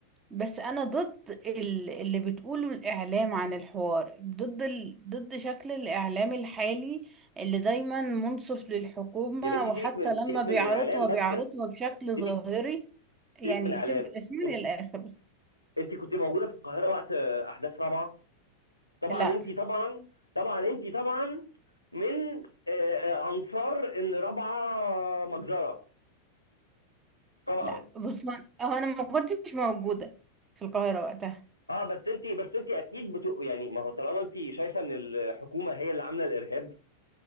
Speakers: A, on the right; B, on the left.
A: بس انا ضد ال- اللي بتقوله الاعلام عن الحوار ضد ال... ضد شكل الاعلام الحالي اللي دايما منصف للحكومة
B: يا بنتي
A: وحتى
B: سيبك من
A: لما
B: سيبك
A: بيعرضها
B: من الاعلام بس
A: بيعرضها بشكل
B: سيبك
A: ظاهري يعني
B: سيبك من الاعلام
A: سيب- اسمعني
B: انت
A: للاخر بس
B: انت كنت موجوده في القاهره وقت احداث رابعه طبعا
A: لا
B: انت طبعا طبعا انت طبعا من آه، آه، انصار ان رابعه مجزره طبعا
A: لا بص هو انا ما كنتش موجودة في القاهرة وقتها
B: اه بس انت بس انت اكيد بتق... يعني ما هو طالما انت شايفه ان الحكومه هي اللي عامله الارهاب